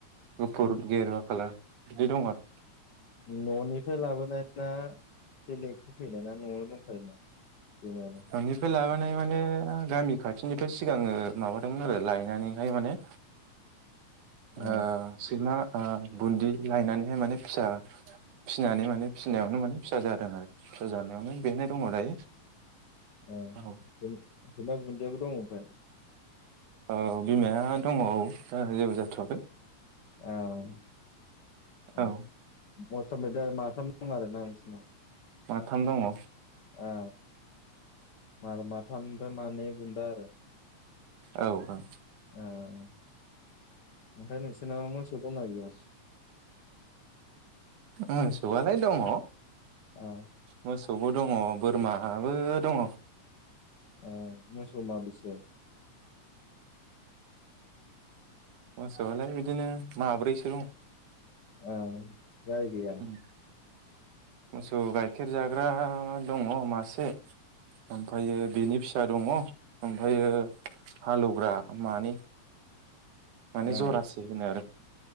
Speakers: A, on the right; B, on the left.
A: गुफुर
B: ओ
A: गेरुवा कालार बिदि दं आरो
B: न'निफ्राय लाबोनाया। बेलेग होफैनाय ना न'आव दंखायोमोन। सैमायालाय
A: न'निफ्राय लाबोनाय माने गामि खाथिनिथ' सिगाङो माबादोंमोन आरो लायनानैहाय माने।
B: ओ
A: ओह सैमा ओह बुन्दि लायनानैहाय माने फिसा फिसिनानै माने फिसिनायावनो माने फिसा जादों आरो। फिसा जानायावनो बेनो दङ दायो।
B: ओह
A: औ
B: सैमा बुन्दियाबो दं ओमफाय
A: औ बिमाया दङ औ दा जेबो जाथ'वाखै।
B: औ ओ ओमफाय
A: औ
B: ओमफाय दा माथाम दं आरो ना नोंसिनाव?
A: माथाम दङ।
B: औ आर मा थाफ ओमफाय मानै बुन्दा आरो
A: औ औ
B: ओह ओमफ्राय नोंसोरनाव दंना गैया।
A: ओह सौवालायनो दङ
B: ओ।
A: मोसौबो दङ बोरमाबो दङ'
B: ओह मोसौ माबैसे?
A: मोसौआलाय बिदिनो माब्रैसो दं
B: औ गाय गैया?
A: उम मोसौ गाइखेर जाग्रा दङ' मासे ओमफायो बेनि फिसा दङ ओमफायो हालौवग्रा मानै। माने
B: ओ
A: जरासै
B: ओ
A: होनो आरो।